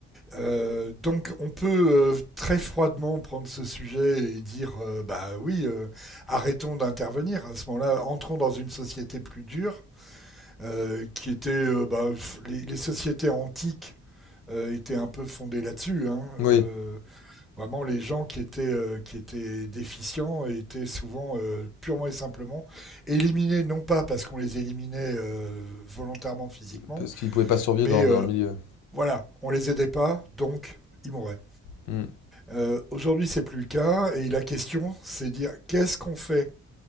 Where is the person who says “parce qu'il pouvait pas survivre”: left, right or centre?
Left